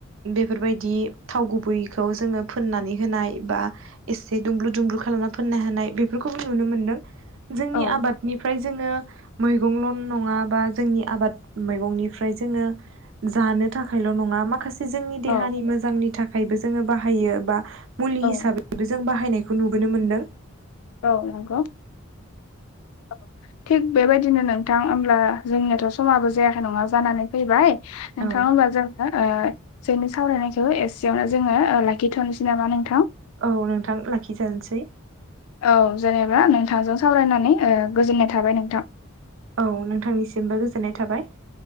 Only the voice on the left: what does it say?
औ
औ
औ
औ नंगौ? औ थिग बेबायदिनो नोंथां होमब्ला जोंनियाथ' समाबो जायाखै नङा जानानै फैबाय नोंथां
ओमबा जों ओ जोंनि सावरायनायखौ एसेयावनो जोङो ओ लाखिथ'नोसै नामा नोंथां?
औ जेनेबा नों नोंथांजों सावरायनानै ओ गोजोननाय थाबाय नोंथां।